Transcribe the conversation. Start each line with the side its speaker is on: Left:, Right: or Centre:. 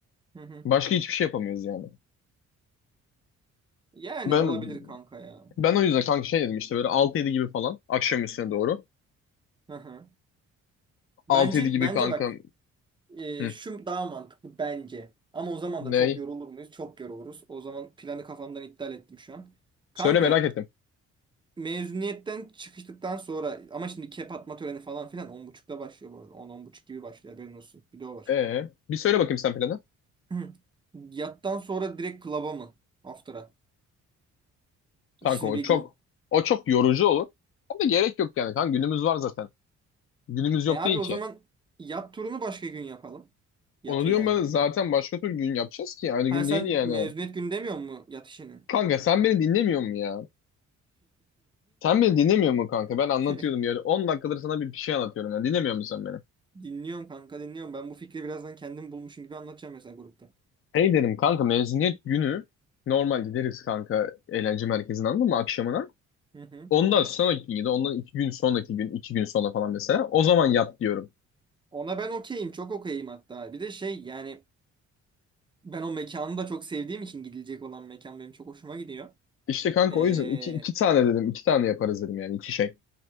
Right: Hı hı.
Left: Başka hiçbir şey yapamıyoruz yani.
Right: Yani
Left: Ben
Right: olabilir kanka ya.
Left: ben o yüzden kanka şey dedim işte böyle altı yedi gibi falan akşam üstüne doğru.
Right: Hı hı. Bence
Left: altı yedi gibi
Right: bence
Left: kanka.
Right: bak e,
Left: Hı,
Right: şu daha mantıklı bence. Ama o zaman
Left: ney?
Right: da çok yorulur muyuz? Çok yoruluruz. O zaman planı kafamdan iptal ettim şu an.
Left: Söyle
Right: Kanka
Left: merak ettim.
Right: mezuniyetten çıkıştıktan sonra ama şimdi kep atma töreni falan filan on buçukta başlıyor bu arada. on on buçuk gibi başlıyor haberin olsun. Bir de o var.
Left: Ee, bir söyle bakayım sen planı.
Right: <clears throat> Yattan sonra direkt klaba mı? After'a. İkisini
Left: Kanka o
Right: bir
Left: çok
Right: gün.
Left: o çok yorucu olur. Ama gerek yok yani kanka günümüz var zaten. Günümüz yok
Right: E abi
Left: değil
Right: o
Left: ki.
Right: zaman yat turunu başka gün yapalım. Yatı
Left: Onu diyorum
Right: yani.
Left: ben zaten başka türlü gün yapacağız ki aynı
Right: Ha
Left: gün
Right: sen
Left: değil yani.
Right: mezuniyet günü demiyor mu yat işini?
Left: Kanka sen beni dinlemiyor mu ya? Sen beni dinlemiyor mu kanka? Ben
Right: <laughs>
Left: anlatıyordum ya. 10 dakikadır sana bir bir şey anlatıyorum ya. Dinlemiyor musun sen beni?
Right: Dinliyorum kanka dinliyorum. Ben bu fikri birazdan kendim bulmuşum gibi anlatacağım mesela grupta.
Left: Hey dedim kanka mezuniyet günü normal gideriz kanka eğlence merkezine anladın mı akşamına?
Right: Hı hı.
Left: Ondan sonraki gün ya da ondan iki gün sonraki gün, iki gün sonra falan mesela. O zaman yat diyorum.
Right: Ona ben okeyim. Çok okeyim hatta. Bir de şey yani ben o mekanı da çok sevdiğim için gidilecek olan mekan benim çok hoşuma gidiyor.
Left: İşte kanka
Right: Ee,
Left: o yüzden iki, iki tane dedim, iki tane yaparız dedim yani iki şey.